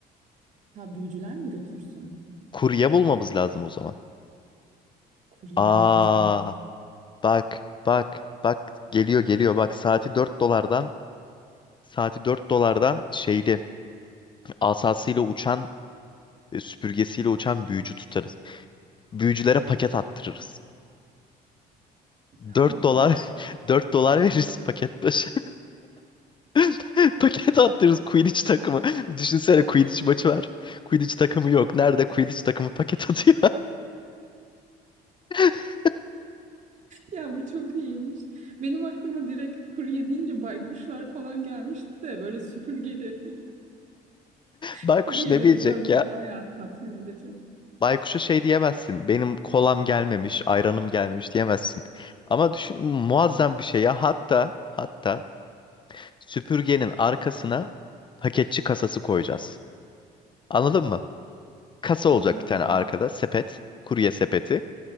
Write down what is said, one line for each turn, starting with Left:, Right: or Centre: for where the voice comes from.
Right: Ha büyücüler mi götürsün?
Left: Kurye bulmamız lazım o zaman.
Right: Kurye
Left: Aa,
Right: bulmamız <laughs> lazım.
Left: bak, bak, bak. Geliyor, geliyor. Bak saati dört dolardan saati dört dolardan şeyli asasıyla uçan e, süpürgesiyle uçan büyücü tutarız büyücülere paket attırırız. Dört
Right: Tamam.
Left: dolar <laughs> 4 dolar veririz paket başı. <laughs> Paket attırırız Quidditch takımı. Düşünsene Quidditch maçı var. Quidditch takımı yok. Nerede Quidditch takımı paket atıyor? <laughs>
Right: Ya bu çok iyiymiş. Benim aklıma direkt kurye deyince baykuşlar falan gelmişti de böyle süpürgeli <laughs>
Left: Baykuş
Right: kuryeleri
Left: ne bilecek
Right: görmek
Left: ya?
Right: bayağı tatmin edici.
Left: Baykuş'a şey diyemezsin. Benim kolam gelmemiş, ayranım gelmemiş diyemezsin. Ama düşün muazzam bir şey ya. Hatta hatta süpürgenin arkasına paketçi kasası koyacağız. Anladın mı? Kasa olacak
Right: Aa.
Left: bir tane arkada sepet, kurye sepeti.